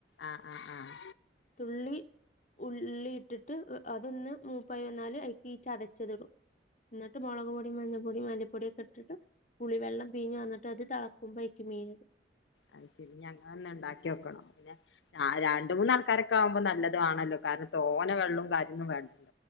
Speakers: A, on the left; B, on the left.
A: ആഹ് ആഹ് ആഹ്
B: തുള്ളി ഉള്ളി ഇട്ടിട്ട് അതൊന്ന് മൂപ്പൈ വന്നാല്അതിലേക്ക് ഈ ചതച്ചതിടും എന്നിട്ട് മുളക് പൊടി മഞ്ഞ പൊടിയ മല്ലിപ്പൊടിയൊക്കെ ഇട്ടിട്ട് കുളിവെള്ളം പീഞ്ഞ് പാർന്നിട്ട് അത് തിളക്കുമ്പോൾ ആയില്ക്ക് മീൻ
A: അത് ശരിഞങ്ങ ഒന്ന ഉണ്ടാക്കി നോക്കണം പിന്നെ ആ രണ്ട മൂന്നാൾക്കാരൊക്കെ ആവുമ്പോ നല്ലത ആണല്ലോ കാരണം തോനെ വെള്ളവും കാര്യൊന്നും വേണ്ട